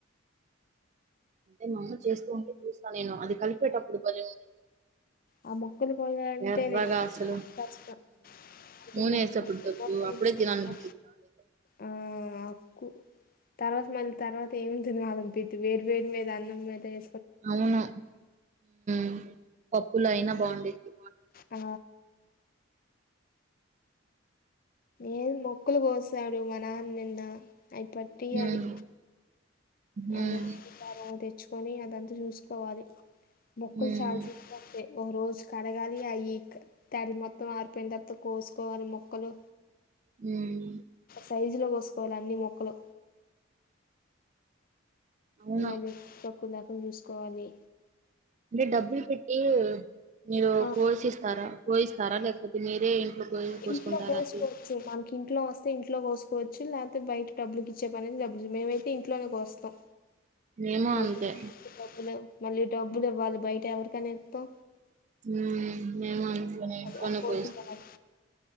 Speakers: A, on the right (about 35°); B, on the left (about 45°).
A: అదే మా అమ్మ చేస్తూ ఉంటే చూస్తా నేను అది కలిపేటప్పుడు కుంచెం
B: ఆ మొక్కలు పోయాలంటేనే
A: ఎర్రగ అసలు
B: కష్టం అయితే
A: నూనె
B: మొ
A: ఎసెప్పుడు తగ్గు
B: మొక్కలు
A: అప్పుడే
B: తీసుకొస్తా
A: తినలనిపిచిద్ది నాకైతే
B: ఆ క్కు తర్వాత మళ్ళీ తర్వాత ఏమి తినాలనిపిత్తు వేడి వేడి మీద అన్నం మీద వే
A: అవును మ్ పప్పులో అయినా బావుండిద్ది
B: ఆ ఏది మొక్కులు కోసాడు మా నాన్న నిన్న అయిపట్టి
A: ఉమ్
B: అది
A: ఉమ్
B: అది కారం తీస్తే తెచ్చుకొని అదంతా చూసుకోవాలి ముక్కలు
A: ఉమ్
B: చాలా చిన్న పడతయ్ ఓ రోజు కడగాలి అయి తడి మొత్తం ఆరిపోయిన తర్వాత కోసుకోవాలి ముక్కలు
A: ఉమ్
B: సైజు లో కోసుకోవాలి అన్ని ముక్కలు
A: అవును
B: ఇంగ అది తక్కువ లేకుండా చూసుకోవాలి
A: లే డబ్బులు పెట్టి మీరు
B: ఆ,
A: కోసిస్తారా కోయిస్తారా లేకపోతే మీరే కో కోసుకుంటారా
B: ఇంట్లో కోసుకోవచ్చు
A: అది
B: మనకి ఇంట్లో వస్తే ఇంట్లో కోసుకో కోవచ్చు లేతే బయట డబ్బుల కిచ్చే పనిని డబ్బులు మేమైతే ఇంట్లోనే కోస్తాం
A: మేము
B: మళ్ళీ
A: అంతే
B: డబ్బులు మళ్ళీ డబ్బులు ఇవ్వాలి బయట ఎవరికైన పొ
A: మ్ మేము అంతే కొని
B: ఆ కోటి
A: కోయిస్తాం
B: వెళ్ళాలి